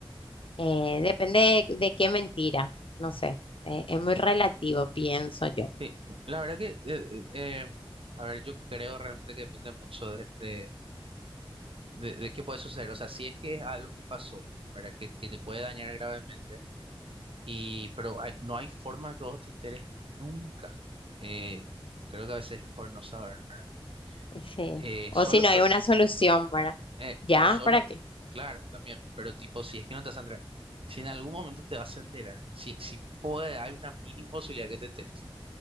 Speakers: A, on the left; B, on the right.
A: Eh, depende de, de qué mentira, no sé, eh, es muy relativo, pienso yo.
B: Sí, la verdad que, eh, eh, em, a ver, yo creo realmente que depende mucho de, de de, de qué puede suceder. O sea, si es que es algo que pasó, para que, que te puede dañar gravemente, y, pero hay- no hay forma que vos te enteres nunca. Eh, creo que a veces es mejor no saber, ¿verdad?
A: Sí.
B: Eh,
A: O
B: solo,
A: si no
B: pero,
A: hay una solución, ¿verdad?
B: eh,
A: ¿Ya?
B: pero solo,
A: ¿Para qué?
B: claro, también, pero tipo, si es que no te vas a enterar, si en algún momento te vas a enterar, si, si puede, hay una mínima posibilidad que te enteres.